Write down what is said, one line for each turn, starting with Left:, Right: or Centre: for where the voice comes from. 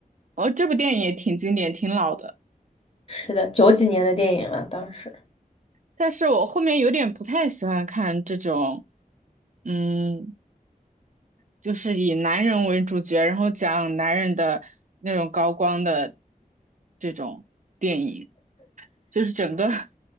Right: 哦，这部电影也挺经典，挺老的。
Left: 是的，九几年的电影了，当时。
Right: 但是我后面有点不太喜欢看这种，嗯，就是以男人为主角，然后讲男人的那种高光的这种电影，就是整个